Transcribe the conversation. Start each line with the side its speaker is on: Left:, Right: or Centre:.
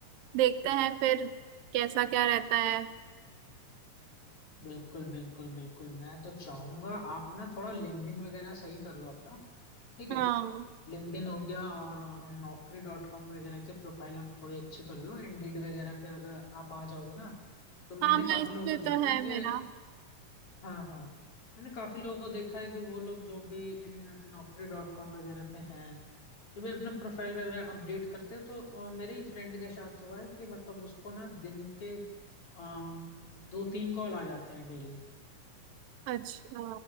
Right: देखते हैं फिर कैसा क्या रहता है
Left: बिल्कुल बिल्कुल बिल्कुल मैं तो चाहूंगा आप ना थोड़ा लिंक्डइन वगैरह सही कर लो अपना ठीक है
Right: हाँ
Left: लिंक्डइन हो गया और नौकरी डॉट कॉम वगैरह के प्रोफाइल आप थोड़ी अच्छी कर लो इंडीड वगैरह पे अगर आप आ जाओगे ना तो मैंने
Right: हाँ मैं
Left: काफी
Right: इस
Left: लोगों
Right: पे
Left: को
Right: तो
Left: देखा
Right: है
Left: है कि
Right: मेरा
Left: हाँ हाँ मैंने काफी लोगों को देखा है कि वो लोग जो भी इन नौकरी डॉट कॉम वगैरह पे हैं जो भी अपना प्रोफाइल वगैरह अपडेट करते हैं तो अ, मेरे ही फ्रेंड के साथ हुआ है कि मतलब उसको ना दिन के अ, दो तीन कॉल आ जाते हैं डेली
Right: अच्छा